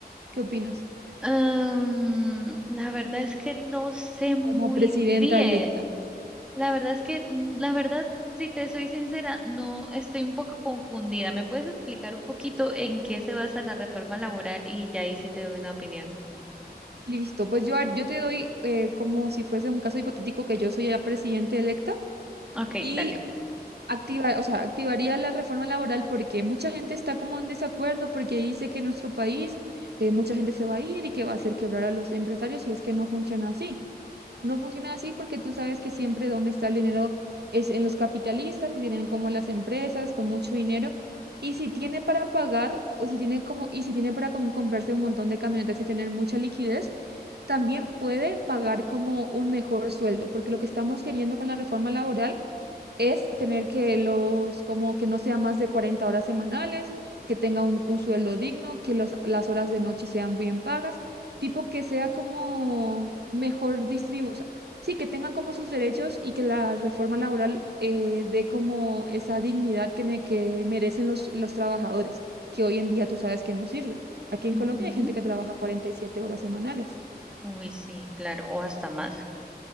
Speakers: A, on the right; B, in the centre.
A: ¿Qué opinas?
B: Mm, la verdad es que no sé muy
A: Como presidenta
B: bien.
A: electa.
B: La verdad es que, mm, la verdad, si te soy sincera, no estoy un poco confundida. ¿Me puedes explicar un poquito en qué se basa la reforma laboral? Y ya ahí sí te doy una opinión.
A: Listo, pues yo, yo te doy eh, como si fuese un caso hipotético que yo soy la presidenta electa
B: Ok,
A: y
B: dale.
A: activa, o sea, activaría la reforma laboral porque mucha gente está como en desacuerdo porque dice que en nuestro país eh, mucha gente se va a ir y que va a hacer quebrar a los empresarios si es que no funciona así. No funciona así porque tú sabes que siempre donde está el dinero es en los capitalistas, que tienen como las empresas con mucho dinero. Y si tiene para pagar o si tiene como, y si tiene para com- comprarse un montón de camionetas y tener mucha liquidez, también puede pagar como un mejor sueldo, porque lo que estamos queriendo con la reforma laboral es tener que los, como que no sea más de 40 horas semanales, que tenga un, un sueldo digno, que los- las horas de noche sean bien pagas, tipo que sea como mejor distribuido, o sea, sí, que tengan como sus derechos y que la reforma laboral eh, dé como esa dignidad que, ne- que merecen los, los trabajadores, que hoy en día tú sabes que no sirve. Aquí en
B: Ujú.
A: Colombia hay gente que trabaja 47 horas semanales.
B: Uy, sí, claro, o hasta más.